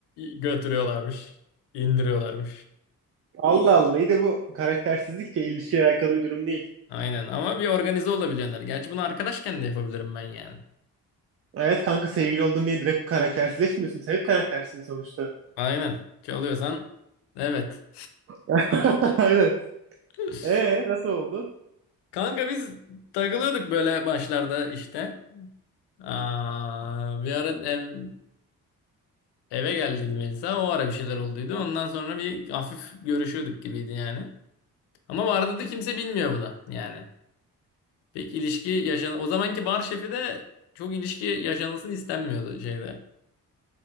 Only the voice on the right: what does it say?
Allah Allah. İyi de bu karaktersizlikle ya ilişkiyle alakalı bir durum değil.
Evet kanka sevgili oldun diye direkt karaktersizleşmiyorsun. Sen hep karaktersin sonuçta.
<laughs> Aynen.
Ee nasıl oldu?